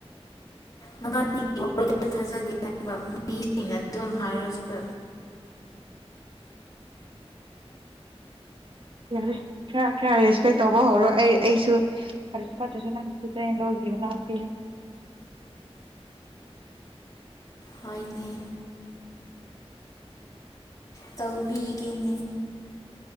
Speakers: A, on the left; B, on the right.
A: ꯃꯕꯥꯟꯅꯤꯒꯤ ꯋꯥꯔꯤꯗꯣ ꯊꯥꯖꯗꯦ ꯍꯥꯏꯕ ꯃꯤꯁꯤꯡꯅ ꯑꯗꯨꯝ ꯍꯥꯏꯔꯁꯨ
B: ꯌꯥꯔꯦ ꯈꯔ ꯈꯔ ꯔꯦꯁꯄꯦꯛ ꯇꯧꯕ ꯍꯧꯔꯣ ꯑꯩ ꯑꯩꯁꯨ ꯐꯔꯁꯨ ꯐꯠꯇꯔꯁꯨ ꯅꯪꯗꯤ <unintelligible> ꯂꯣꯝꯒꯤ ꯃꯅꯥꯎꯅꯨꯄꯤꯅꯤ
A: ꯍꯣꯏꯅꯦ ꯇꯧꯕꯤꯒꯦꯅꯦ